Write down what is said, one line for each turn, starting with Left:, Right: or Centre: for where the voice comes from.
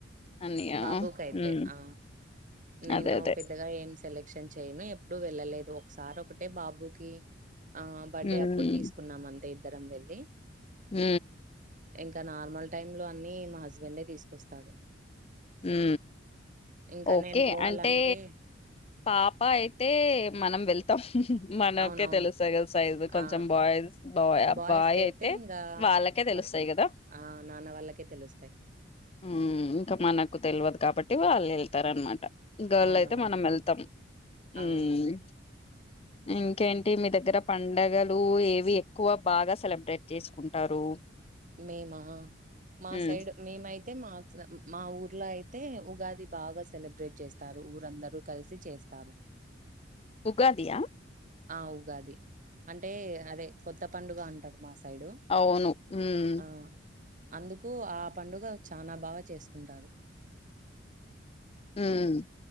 Left: అన్నయ్య
Right: బాబు కైతే
Left: మ్మ్
Right: ఆ నేను
Left: అదే అదే
Right: పెద్దగా ఏం సెల క్షన్ చెయ్యను ఎప్పుడు వెళ్ళలేదు ఒకసారి ఒకటే బాబుకి ఆ బర్డే
Left: మ్మ్
Right: అప్పుడు తీసుకున్నాం అంతే ఇద్దరం వెళ్ళి
Left: ఉ
Right: ఇంకా నార్మల్ టైమ్ లో అన్ని మా హస్బెండే తీసుకొస్తాడు
Left: ఉ
Right: ఇంకా
Left: ఓకే
Right: నేను పోవాలంటే
Left: అంటే పాప అయితే మనం వెళ్ ఉహు మనకే
Right: అవునవును.
Left: తెలుస్తాయి కదా సైజు కొంచెం
Right: ఆ
Left: బాయ్స్ బాయ్ ఆ
Right: బాయ్స్‌కైతే
Left: బాయ్ అయితే
Right: ఇంగా
Left: వాళ్ళ కే తెలుస్తాయి
Right: వాళ్
Left: కదా
Right: ఆ నాన్న వాళ్ళకే తెలుస్తయి
Left: హు ఇంక మనకు తెలివదు కాబట్టి వాళ్ళు వెళ్తారు అనమా గర్ల్
Right: అవునవును.
Left: అయితే మనం వెళ్తాం మ్మ్
Right: ఆ!
Left: ఇంకేంటి మీ దగ్గర పండగలు ఏవి ఎక్కువ బాగా సెలబ్రేట్ చేసుకుంటారు
Right: మేమా మా
Left: హ్మ్.
Right: సైడ్ మేమయి తే మా మా ఊర్లో అయితే ఉగాది బాగా సెలబ్రేట్ చేస్తారు ఊరందరూ కలిసి చేస్. స్తారు
Left: ఉగాది య
Right: ఆ ఊగాది అంటే అదే కొత్త పండుగ అంటరు మాస్ సైడు
Left: అవును. హ్మ్.
Right: ఆ అందుకు ఆ పండుగ చానా బాగా చేసుకుంటారు
Left: ఉమ్